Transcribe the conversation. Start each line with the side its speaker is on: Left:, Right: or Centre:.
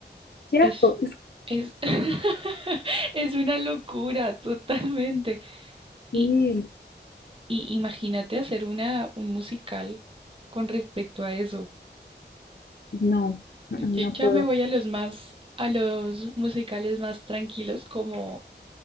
Left: qué asco.
Right: es, es, <laughs> es una locura totalmente.
Left: Y,
Right: Y, y imagínate hacer una, un musical con respecto a eso.
Left: no, no
Right: Yo
Left: no
Right: ya
Left: puedo.
Right: me voy a los más, a los musicales más tranquilos, como,